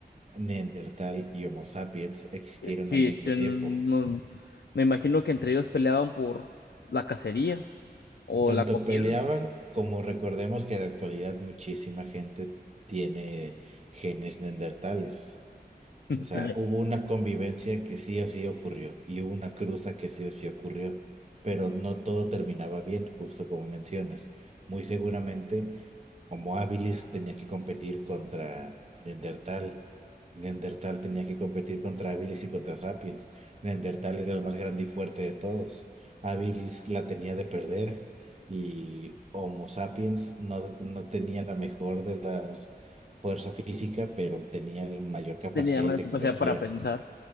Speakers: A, on the right (about 40°); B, on the left (about 85°).
A: Neandertal y Homo sapiens existieron
B: Eh, Sí,
A: al mismo
B: existen
A: tiempo.
B: un- un- me imagino que entre ellos peleaban por la cacería o
A: Tanto
B: la comida.
A: peleaban como recordemos que en la actualidad muchísima gente tiene genes neandertales.
B: <laughs>
A: O sea, hubo una convivencia que sí o sí ocurrió y hubo una cruza que sí o sí ocurrió, pero no todo terminaba bien, justo como mencionas. Muy seguramente, como Habilis tenía que competir contra Neandertal, Neandertal tenía que competir contra Habilis y contra Sapiens. Neandertal era el más grande y fuerte de todos. Habilis la tenía de perder y Homo Sapiens no, no tenía la mejor de las fuerza física, pero tenía mayor capacidad
B: Tenía más
A: y tecnología.
B: capacidad para pensar.